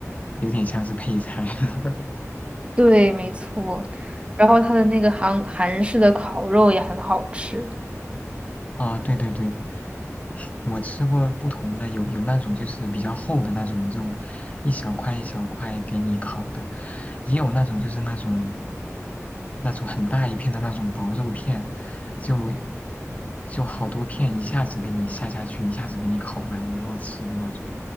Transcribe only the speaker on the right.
对，没错。然后他的那个韩韩式的烤肉也很好吃。